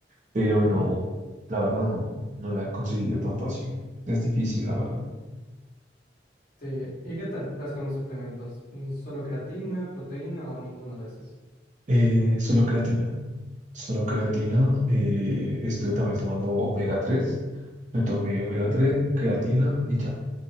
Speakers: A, on the right (about 40°); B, on the left (about 50°).
A: pero
B: ujú,
A: no, la verdad no, no la he conseguido tan fácil. Es difícil, la verdad.
B: sí. ¿Y qué tal vas con los suplementos? Mm, ¿Solo creatina, proteína o ninguno de esos?
A: Eh, solo creatina. Solo creatina. eh, estuve también tomando omega tres Me tomé omega
B: Uh.
A: 3 creatina y ya.